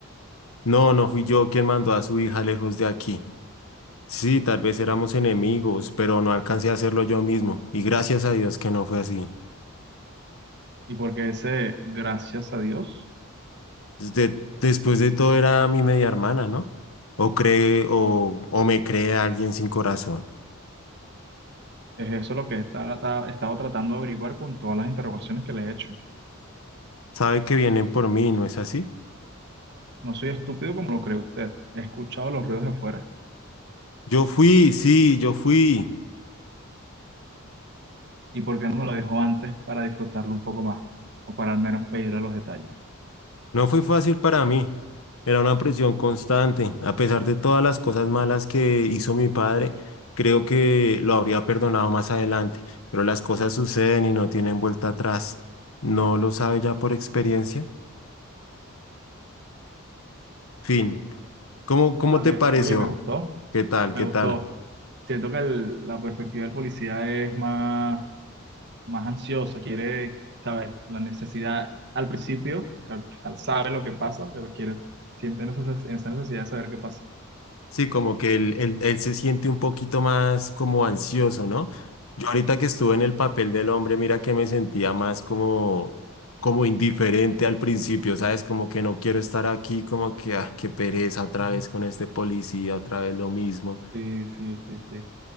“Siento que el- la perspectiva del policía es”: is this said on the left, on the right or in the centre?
Right